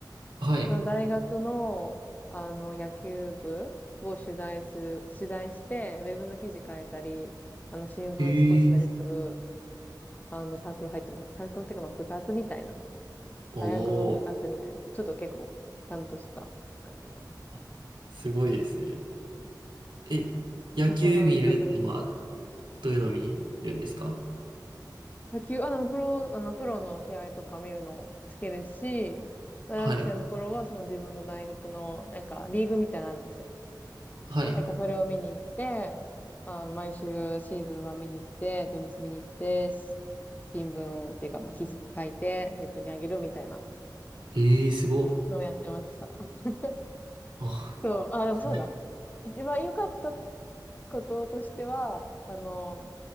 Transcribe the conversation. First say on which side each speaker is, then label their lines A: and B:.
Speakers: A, on the right (about 90°); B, on the left (about 20°).
A: はい。
B: その大学の、あの、野球部を取材す取材して、ウェブの記事書いたり、あの、新聞作ったりする、
A: ええ
B: あの、サークル入ってました。サークルっていうか、まあ、部活みたいな。
A: お
B: 大学の部活みたいな。ちょっと結構、ちゃんとした感じの。
A: おあすごいですね。え、野球見るのは
B: 結構楽しかったです。
A: どういうの見るんですか
B: 野球、あ、でも、プロ、あの、プロの試合とか見るの好きですし、大学生の頃は、
A: はい。
B: その自分の大学の、なんか、リーグみたいなのあるんですよ。
A: はい。
B: なんかそれを見に行って、あの、毎週シーズンは見に行って、土日見に行って、し新聞っていうか、まあ、記事書いて、ネットにあげるみたいな
A: えー、すごっ。
B: のをやってました。<laughs>
A: あ、
B: そう、あ、でもそうだ。
A: そう
B: 一番良かったこととしては、あの、